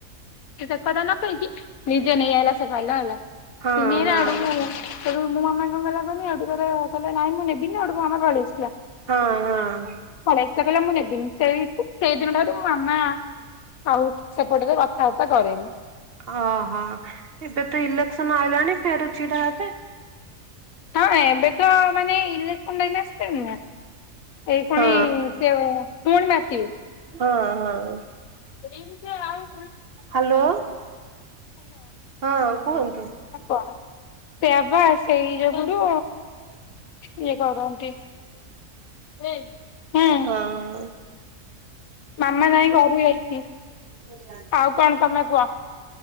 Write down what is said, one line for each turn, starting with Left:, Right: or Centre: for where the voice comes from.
Left: ସେ କଥା ନ କହି କି ନିଜେ ନେଇଆଲା ସେ ପାଇଲା ହେଲା କି
Right: ହଁ ହଁ ହଁ
Left: ନେଇଆଇଲା ହେଟୁ ମୁଁ ହେଟୁ ମୋ ମାମା କଣ କଲା କଣ ଆଉ ତ ନାଇଁ ମୁଁ ନେବିନି ଆଉ ମାମା ପଳେଇ ଆସିିଥିଲା।
Right: ହଁ ହଁ।
Left: କୁ ନେବିନି ସେଇ ଦିନ ଠାରୁ ମଁ ମାମା ଆଉ ସେପଟ କାଉଟା କରେ।
Right: ଓହୋ ଏବେ ତ ଇଲେକ୍ସନ ଆଇଲାଣି ଫେର ଛିଡା ହେବେ।
Left: ହଁ ଏବେ ତ ମାନେ ଇଲେସ୍କନ ଆସିଲାଣି ନା। ଏଇ
Right: ହଁ
Left: କଣି ସେ ପୁଣି ମାଟି।
Right: ହଁ ହଁ।
Left: ରିଟୋ ଆଉ
Right: ହ୍ୟାଲୋ ହଁ କୁହନ୍ତୁ।
Left: କଣ ସେଆବା ସେଇ ଯୋଗୁୁରୁ
Right: ହଁ
Left: ଇଏ କରନ୍ତି ହେ ହୁଁ।
Right: ହଁ
Left: ମାମା ନାଇଁ ଘରୁକୁ ଯାଇଛି।
Right: ଏ ମାଆ।
Left: ଆଉ କଣ ତମେ କୁହ?